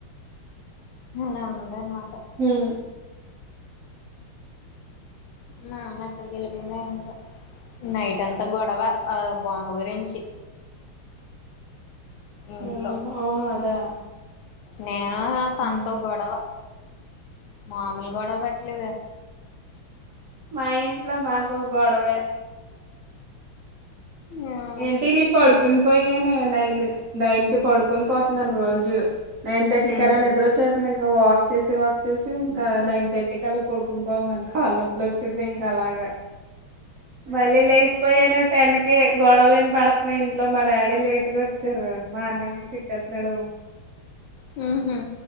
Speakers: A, on the left; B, on the right.
A: ఉ నేన్మా <unintelligible>
B: హమ్
A: మా అమ్మ ఎక్కడికి వెళ్ళి పోయిందొ ఏంటో నైట్ అంతా గొడవ బొమ్మ గురించి
B: <inaudible>
A: ఇంట్లో
B: ఏం బొమ్మ ఆ అదా
A: నేను తనతో
B: ఉమ్
A: గొడవ మామూలు గొడవ పెట్టలేదే
B: మా ఇంట్లో మాకు గొడవే
A: హ్మ్,
B: ఏంటి నేను పడుకుని పోయా నైన్ నైన్ కి పడుకుని పోతుంనాను రోజు నైన్ థర్టీ
A: హ్మ్,
B: కి అలా నిద్ర వచ్చేస్తుంది ఇకా ఇంకా వాక్ చేసి వాక్ చేసి ఇంకా నైన్ థర్టీకి అలా పడుకుని పోతున్నాను కాళ్ళ నొపి అట్ల వచ్చేసి ఇంకా అలాగా మళ్ళీ లేసిపోయినే టెన్ కే గొడవలేని పడుతున్నా ఇంట్లో మా డాడీ లేటు గా వచ్చారు మా అన్నానేమో తిట్టేతున్నాడు <inaudible>
A: హమ్ హా